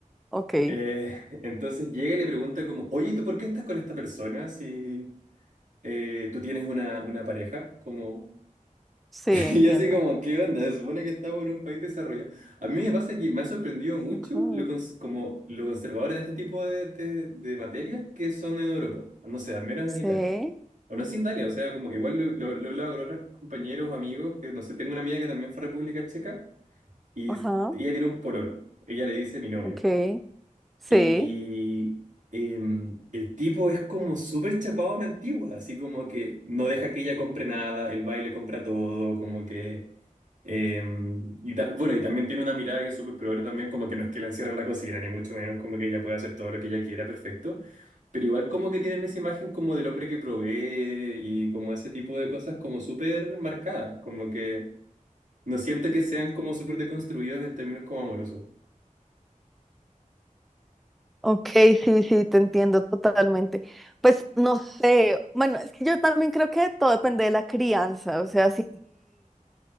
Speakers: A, in the centre; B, on the right.
A: ok,
B: Eh, <laughs> entonces llega y le pregunta como, oye, ¿y tú por qué estás con esta persona si eh, tú tienes una, una pareja? Como,
A: sí,
B: <laughs>
A: entiendo.
B: Y así como, ¿qué onda? Se supone que estamos en un país desarrollado. A mí me pasa que me ha sorprendido mucho
A: Ajá,
B: lo cons- como lo conservador en este tipo de, de, de materias que son en Europa. No sé, al menos
A: sí,
B: en Italia. O no es Italia, o sea, como igual lo, lo, lo he hablado con otros compañeros, amigos, que no sé, tengo una amiga que también fue a República Checa y
A: ajá,
B: ella tiene un pololo. Ella le dice mi novio.
A: ok, sí.
B: Y em, el tipo es como súper chapado a la antigua, así como que no deja que ella compre nada, el baile compra todo, como que... em, y ta- bueno, y también tiene una mirada que es súper progre también, como que no es que la encierran en la cocina, ni mucho menos, como que ella puede hacer todo lo que ella quiera, perfecto. Pero igual como que tienen esa imagen como del hombre que provee y como ese tipo de cosas como súper marcadas, como que no siento que sean como súper deconstruidos en términos como amorosos.
A: Ok, sí, sí, te entiendo totalmente. Pues no sé, bueno, es que yo también creo que todo depende de la crianza, o sea, si